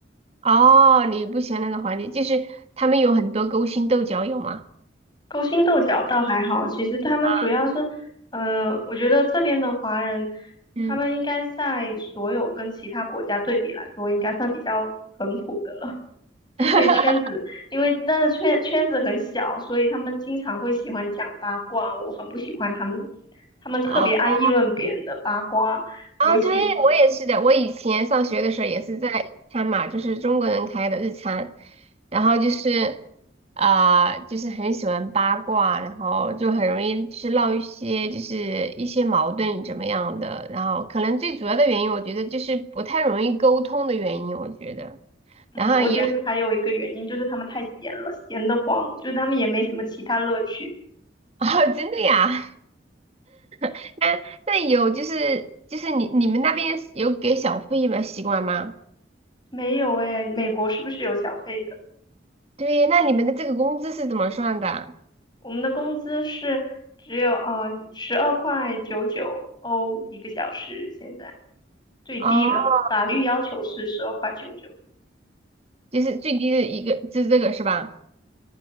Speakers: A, on the right; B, on the left.
A: 哦，你不喜欢那个环境，就是他们有很多勾心斗角，有吗？
B: 勾心斗角倒还好，其实他们主要是，
A: 啊，
B: 呃，我觉得这边的华人，
A: 嗯，
B: 他们应该在所有跟其他国家对比来说，应该算比较淳朴的了。因为圈子，
A: <laughs>
B: 因为但是圈圈子很小，所以他们经常会喜欢讲八卦，我很不喜欢他们，他们特别爱议论别人的八卦，
A: 哦。啊，
B: 尤其是，
A: 对，我也是的。我以前上学的时候也是在日餐嘛，就是中国人开的日餐，然后就是啊、呃就是很喜欢八卦，然后就很容易去闹一些就是一些矛盾怎么样的，然后可能最主要的原因，我觉得就是不太容易沟通的原因，我觉得。
B: 嗯，
A: 然后也
B: 我觉得还有一个原因就是他们太闲了，闲得慌，就是他们也没什么其他乐趣。
A: <laughs> 哦，真的呀？<laughs> 那那有就是就是你你们那边有给小费的习惯吗？
B: 没有诶，美国是不是有小费的？
A: 对，那你们的这个工资是怎么算的？
B: 我们的工资是只有呃十二块九九欧一个小时，现在最低的法律要求是十二块九九。
A: 哦就是最低的一个，就是这个是吧？